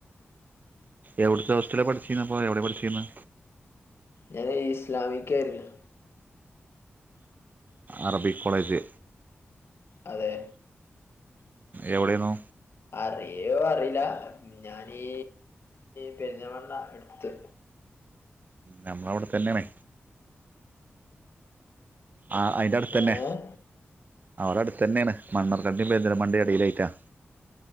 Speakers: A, on the right (about 40°); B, on the left (about 60°).
A: എവുട്ത്തോസ്റ്റലാ പഠ്ച്ചന്നപ്പം എവ്ടെ പഠിച്ചിന്നെ
B: ഞാന് ഇസ്ലാമിക്കായിര്ന്നു
A: അറബി കോളേജ്
B: അതെ
A: എവിടേന്നു
B: അറിയോ അറീല്ല ഞാനീ പെരിന്തൽമണ്ണ അട്ത്ത്
A: നമ്മള അവിടെ തന്നെയണേ ആ അതിന്റെ അടുത്ത് തന്നെ
B: ഏഹ്
A: അവടെ അടുത്ത് തന്നെയാണ് മണ്ണാർക്കാട് <unintelligible> പെരിന്തൽമണ്ണ എടയിലായിട്ടാ